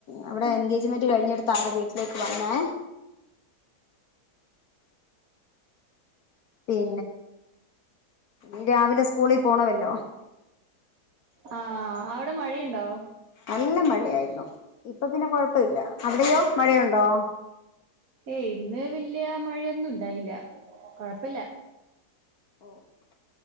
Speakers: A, on the left; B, on the right.
A: അവിടെ എൻഗേജ്മെന്റ് കഴിഞ്ഞെടുത്താ വീട്ടിലേക്ക് വന്നേ പിന്നെ ഇന്ന് രാവിലെ സ് കൂളിൽ പോണമല്ലോ
B: ആഹ് അവിടെ മഴയുണ്ടോ
A: നല്ല മഴ യായിരുന്നു ഇപ്പൊ പിന്നെ കൊഴപ്പ ഇല്ല അവിടെയോ മഴയുണ്ടോ
B: ഏയ് ഇന്ന് വല്യ മഴയൊന്നും ഇണ്ടായില്ല കൊഴപ്പില്ല
A: ഓ